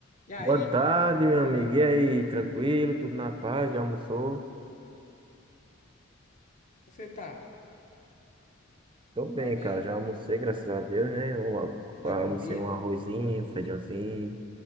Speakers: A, on the left; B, on the right.
A: E aí,
B: Boa tarde,
A: como
B: meu amigo. E aí, tranquilo? Tudo na paz? Já almoçou?
A: é que você tá?
B: Tô bem,
A: Tá bem?
B: cara. Já almocei, graças a Deus, né? Eu
A: Tá
B: a-
A: comido?
B: almocei um arrozinho, um feijãozinho.